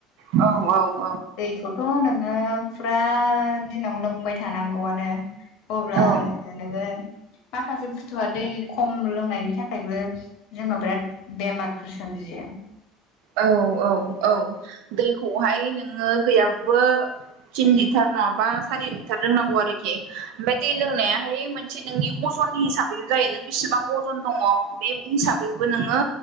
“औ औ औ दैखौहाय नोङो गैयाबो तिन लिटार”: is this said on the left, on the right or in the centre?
Right